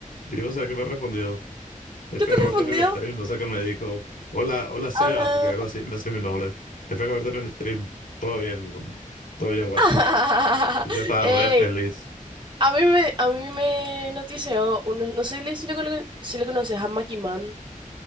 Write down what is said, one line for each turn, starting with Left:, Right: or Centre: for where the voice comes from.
Left: Y vos sabés que me ha respondido, espero
Right: ¿Qué te respondió?
Left: verte en el stream. No sé qué me dijo, hola, hola Seba,
Right: Ajá.
Left: porque algo así, no sé mi nombre. Espero verte en el stream. Todo bien, guapo. todo bien, guacho.
Right: <laughs>
Left: Y yo estaba
Right: Ey,
Left: re feliz.
Right: a mí me, a mí me notició, uno, no sé si le, cono- si le conoces a Macky Man.